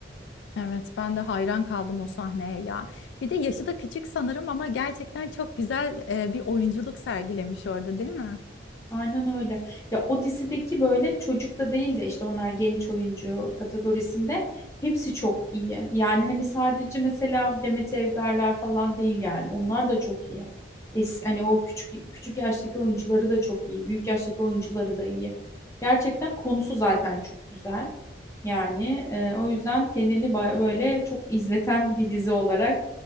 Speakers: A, on the left; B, on the left.
A: Evet, ben de hayran kaldım o sahneye ya. Bir de yaşı da küçük sanırım ama gerçekten çok güzel e, bir oyunculuk sergilemiş orada, değil mi?
B: Aynen öyle. Ya o dizideki böyle çocuk da değil de işte onlar genç oyuncu kategorisinde hepsi çok iyi. Yani hani sadece mesela Demet Evgarlar falan değil yani. Onlar da çok iyi. Es, hani o küçük küçük yaştaki oyuncuları da çok iyi. Büyük yaştaki oyuncuları da iyi. Gerçekten konusu zaten çok güzel. Yani e, o yüzden kendini ba- böyle çok izleten bir dizi olarak